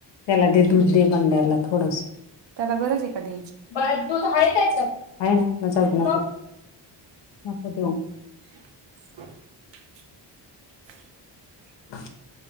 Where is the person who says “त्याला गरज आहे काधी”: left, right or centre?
Right